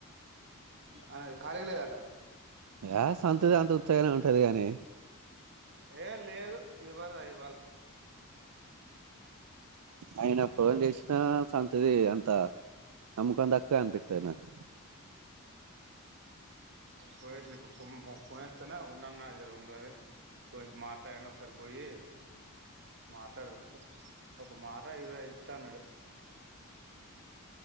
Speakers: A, on the right; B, on the right.
A: అది ఖాళీగా లేదట
B: ఆ సంతుతి అంత ఉత్తగానే ఉంటది గాని
A: ఏం లేదు ఇవర చె
B: ఆయన ఫోన్ చేసిన సంతుది అంత నమ్మకం తక్కవ అనిపిత్తది నాక్
A: పోసి ఇప్పుడు పొస్తనే ఉంటున్న ఇద్దరం ఉండని పోయి మాట్లాడి ఒకసారి పోయి మాట్లాడ ఒక మాట ఇరవై ఐదు ఇస్తా అన్నాడు